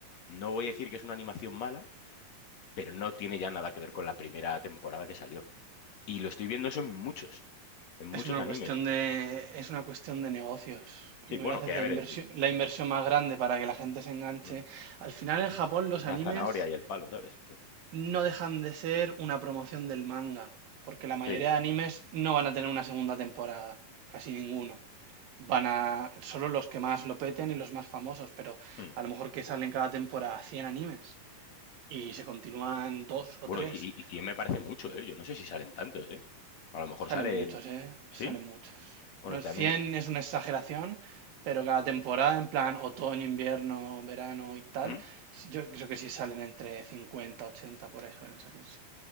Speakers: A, on the left (about 55°); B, on the right (about 85°).
A: no voy a decir que es una animación mala, pero no tiene ya nada que ver con la primera temporada que salió. Y lo estoy viendo eso en muchos, en muchos
B: Es una
A: animes.
B: cuestión de, es una cuestión de negocios. Primero
A: Sí, bueno,
B: haces
A: que a
B: la
A: ver,
B: inversión,
A: eh,
B: la inversión más grande para que la gente se enganche.
A: mm,
B: Al final en
A: mm,
B: Japón los
A: la
B: animes...
A: zanahoria y el palo, ¿sabes?
B: no dejan de ser una promoción del manga, porque la mayoría
A: Sí.
B: de animes no van a tener una segunda temporada, casi ninguno. Van a solo los que más lo peten y los más famosos, pero
A: mm.
B: a lo mejor que salen cada temporada 100 animes y se continúan dos o
A: Bueno,
B: tres.
A: y, y y 100 me parece mucho, ¿eh? Yo no sé si salen tantos, ¿eh? A lo mejor
B: Salen
A: salen...
B: muchos, ¿eh?
A: ¿Sí?
B: Salen muchos.
A: Bueno,
B: No,
A: también...
B: 100
A: eh,
B: es una exageración, pero cada temporada, en plan otoño, invierno, verano y tal,
A: ¿Mm?
B: sí- yo creo que sí salen entre 50 80 por ahí suelen salir, sí.